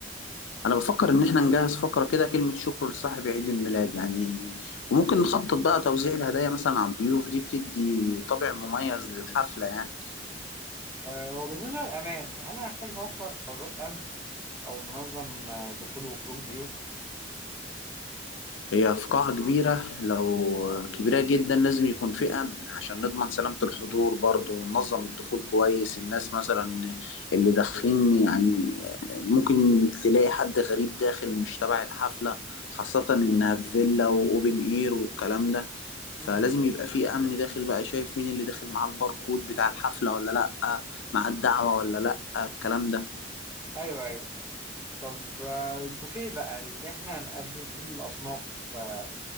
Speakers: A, on the left; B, on the right.
A: انا بفكر ان احنا نجهز فقره كده كلمه شكر لصاحب عيد الميلاد يعني وممكن نخطط بقى توزيع الهدايا مثلا على الضيوف دي بتدي طابع مميز للحفله يعني
B: آه وبالنسبة للأمان هل هنحتاج نوفر حراس أمن أو ننظم آه، دخول وخروج ضيوف؟
A: هي في قاعة كبيرة لو كبيرة جدا لازم يكون في أمن عشان نضمن سلامة الحضور برضه وننظم الدخول كويس الناس مثلا اللي داخلين يعني ممكن تلاقي حد غريب داخل مش تبع الحفلة خاصة إنها في فيلا وأوبن إير والكلام ده
B: مم.
A: فلازم يبقى في أمن داخل بقى شايف مين اللي داخل معاه الباركود بتاع الحفلة ولا لأ مع الدعوة ولا لأ الكلام ده
B: ايوه ايوه طب آه، البوفيه بقى اللي احنا هنقدم فيه الاصناف آه،